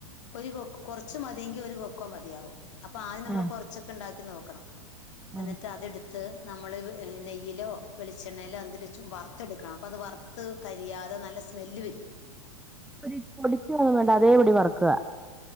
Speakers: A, on the left; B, in the centre.
A: ഒരു കൊക്ക കുറച്ച് മതിയെങ്കി ഒരു കൊക്കോ മതിയാവും അപ്പൊ ആദ്യം നമ്മൾ
B: ആഹ്
A: കൊറച്ചൊക്കെ ഉണ്ടാക്കി നോക്കണം എന്നിട്ട്
B: ആഹ്
A: അത്ടുത്ത് ത്ത് നമ്മൾ നെയ്യയിലോ വെളിച്ചെണ്ണയിലോ എന്തതില വ വറുത്തെടുക്കണം അപ്പോൾ അത് വറുത്ത് കരിയാതെ ത് നല്ല സ്മെല്ല് വരും
B: <unintelligible> വേണ്ട അതേപൊടി വറക്കുക